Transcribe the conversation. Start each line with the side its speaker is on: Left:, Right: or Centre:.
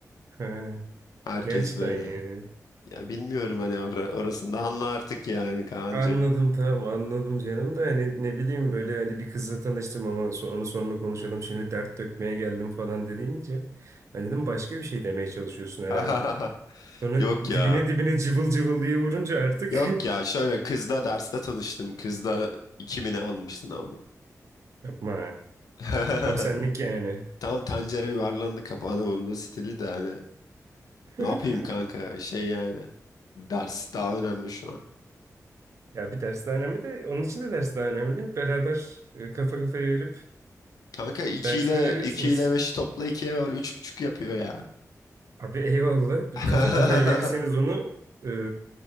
Right: Ha,
Left: Herkes
Right: ne açıdan
Left: böyle.
Right: yani?
Left: Ya bilmiyorum hani or orasını da anla artık yani Kaan'cığım.
Right: Anladım tamam anladım canım da hani ne bileyim böyle hani bir kızla tanıştım ama so- onu sonra konuşalım şimdi dert dökmeye geldim falan dediğince ben dedim başka bir şey demeye çalışıyorsun herhalde.
Left: <laughs>
Right: Sonra
Left: Yok
Right: dibine
Left: ya.
Right: dibine cıvıl cıvıl diye vurunca artık
Left: Yok ya şöyle kızla derste tanıştım. Kızla 2000'i almıştın abla.
Right: <laughs> yapma
Left: <laughs>
Right: tam senlik yani.
Left: Tam tencere yuvarlandı kapağına vuruldu stili de hani.
Right: <laughs>
Left: Ne yapayım kanka şey yani. Ders daha önemli şu an.
Right: Ya bir ders daha önemli de onun için de ders daha önemli. Beraber e, kafa kafaya verip
Left: Kanka iki
Right: dersi
Left: ile
Right: verebilirsiniz.
Left: iki ile beşi topla ikiye var üç buçuk yapıyor ya.
Right: Abi eyvallah.
Left: <laughs>
Right: Kafa kafaya verirseniz onu e,